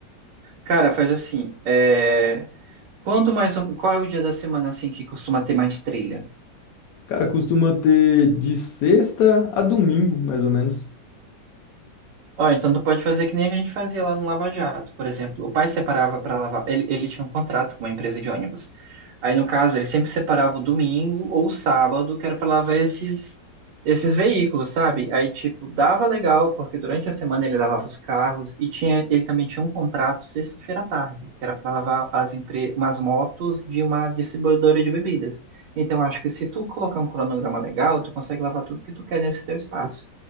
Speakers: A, on the right (about 80°); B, on the left (about 65°).
A: Cara, faz assim, é, quando mais ou- qual é o dia da semana assim que costuma ter mais trilha?
B: Cara, costuma ter de sexta a domingo, mais ou menos.
A: Ó, então tu pode fazer que nem a gente fazia lá no Lava Jato, por exemplo. O pai separava para lavar, ele, ele tinha um contrato com uma empresa de ônibus. Aí, no caso, ele sempre separava o domingo ou o sábado, que era para lavar esses, esses veículos, sabe? Aí, tipo, dava legal, porque durante a semana ele lavava os carros e tinha, ele também tinha um contrato sexta-feira à tarde, que era para lavar as empre... umas motos de uma distribuidora de bebidas. Então, acho que se tu colocar um cronograma legal, tu consegue lavar tudo que tu quer nesse teu espaço.